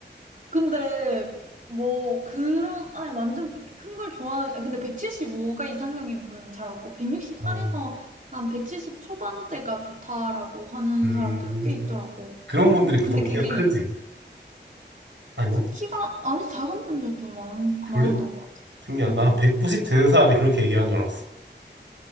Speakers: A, on the right (about 45°); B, on the right (about 85°).
A: 근데 뭐 그런 아니 완전 그렇게 큰 걸 좋아하 근데 175가 이상형인 분은 잘 없고 168에서
B: 어.
A: 한 170 초반대가 좋다라고 하는
B: 음.
A: 사람들은 꽤 있더라고.
B: 그런 분들이 보통
A: 근데
B: 키가
A: 그게
B: 크지? 아니야?
A: 키가 아니 작은 분들도 많
B: 그래?
A: 많았던 것 같아.
B: 신기하다.
A: 음.
B: 나190 되는 사람이 그렇게 얘기하는 줄 알았어.